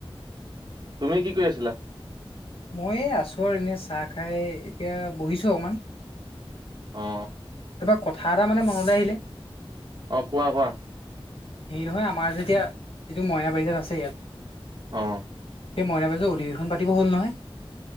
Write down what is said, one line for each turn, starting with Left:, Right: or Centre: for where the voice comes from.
Right: তুমি কি কৰি আছিলা
Left: মই এই আছোঁ আৰু এনেই চাহ খাই এতিয়া বহিছোঁ অকণমান।
Right: অ
Left: তাৰপৰা কথা এটা মানে মনলে আহিলে
Right: অ কোৱা কোৱা।
Left: হেৰি নহয় আমাৰ যেতিয়া যিটো মইনা পাৰিজাত আছে ইয়াত
Right: অ'।
Left: সেই মইনা পাৰিজাতৰ অধিৱেশন পতিবৰ হ'ল নহয়।